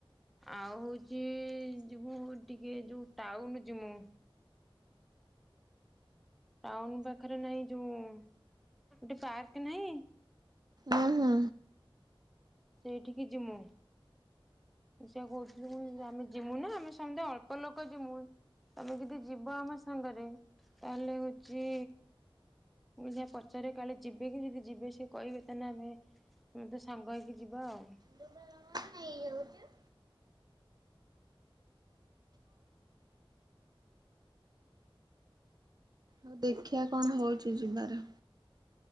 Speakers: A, in the centre; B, on the right.
A: ଆଉ ହଉଛି ଯିବୁ ଟିକେ ଯୋଉ ଟାଉନ ଯିମୁଁ। ଟାଉନ ପାଖରେ ନାହିଁ ଯୋଉ ଗୋଟେ ପାର୍କ ନାହିଁ
B: ଓହୋ।
A: ସେଇଠିକି ଯିମୁ। ମୁଁ ସେୟା କହୁଥିଲୁ ମୁ ଆମେ ଯିମୁ ନା ଆମେ ସମସ୍ତେ ଅଳ୍ପ ଲୋକ ଯିମୁ। ତମେ ଯଦି ଯିବ ଆମ ସାଙ୍ଗରେ ତାହେଲେ ହଉଛି ମୁଁ ଯାହା ପଚାରେ କାଳେ ଯିବେ କି ଯଦି ଯିବେ ସେ କହିବେ ତାହେଲେ ଆମେ ଆମେ ତ ସାଙ୍ଗ ହେଇକି ଯିବା ଆଉ।
B: ତୁ ପା <unintelligible> ନେଇ ଯାଉଛୁ। ହଉ ଦେଖିବା କଣ ହଉଚି ଯିବାର।